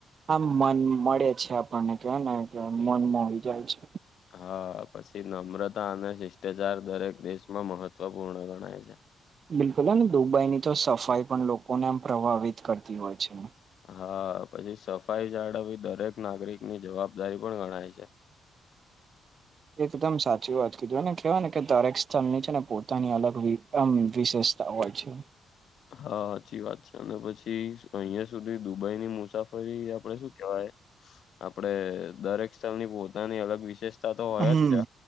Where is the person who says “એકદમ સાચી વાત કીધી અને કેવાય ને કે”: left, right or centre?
Right